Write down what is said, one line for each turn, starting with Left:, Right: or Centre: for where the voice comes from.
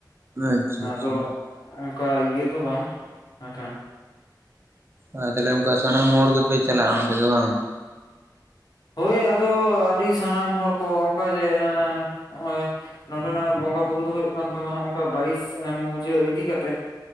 Right: ᱟᱪᱪᱷᱟ
Left: ᱟᱫᱚ
Right: ᱟᱪᱪᱷᱟ
Left: ᱚᱱᱠᱟ ᱤᱭᱟᱹ ᱫᱚ ᱵᱟᱝ ᱦᱟᱠᱷᱟᱱ
Right: ᱟ ᱟᱪᱪᱷᱟ ᱥᱟᱱᱟᱢ ᱦᱚᱲ ᱜᱮ ᱯᱮ ᱪᱟᱞᱟᱜᱼᱟ ᱚᱰᱮ ᱫᱚ ᱵᱟᱝ
Left: ᱦᱳᱭ ᱟᱫᱚ ᱟᱹᱰᱤ ᱥᱟᱱᱟᱢ ᱦᱚᱲ ᱠᱚ ᱚᱱᱠᱟ ᱡᱮ ᱱᱚᱜᱼᱚᱭ ᱱᱚᱸᱰᱮᱱᱟᱜ ᱵᱚᱸᱜᱟ ᱵᱩᱨᱩ ᱫᱚ ᱦᱩᱭᱩᱜ ᱦᱩᱭᱩᱜ ᱠᱟᱱ ᱛᱟᱢᱟ ᱚᱱᱠᱟ ᱵᱟᱭᱤᱥ ᱢᱩᱡᱟᱹ ᱤᱫᱤ ᱠᱟ ᱠᱟᱛᱮᱫ